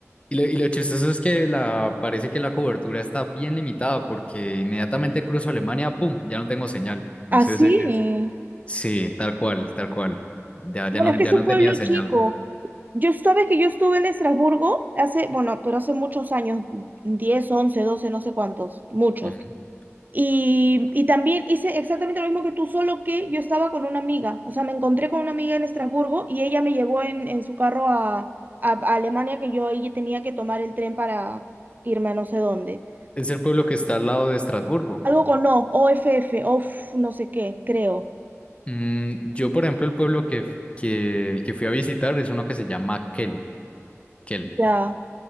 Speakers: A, on the left; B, on the right.
A: y lo, y lo chistoso es que la, parece que la cobertura está bien limitada porque inmediatamente cruzo Alemania, ¡pum! Ya no tengo señal. Entonces
B: Así.
A: es, sí, tal cual, tal cual. Ya,
B: Bueno,
A: ya no,
B: es que
A: ya
B: es un
A: no
B: pueblo
A: tenía señal.
B: chico. Yo sabes que yo estuve en Estrasburgo hace, bueno, pero hace muchos años, 10 11 12 no sé cuántos, muchos.
A: Ujú.
B: Y, y también hice exactamente lo mismo que tú, solo que yo estaba con una amiga. O sea, me encontré con una amiga en Estrasburgo y ella me llevó en, en su carro a, a- a Alemania, que yo ahí tenía que tomar el tren para irme a no sé dónde.
A: Es el pueblo que está al lado de Estrasburgo.
B: Algo con O, O F OFF, OFF, no sé qué, creo.
A: Mm, yo, por ejemplo, el pueblo que, f- que, que fui a visitar es uno que se llama Kel, Kel.
B: Ya,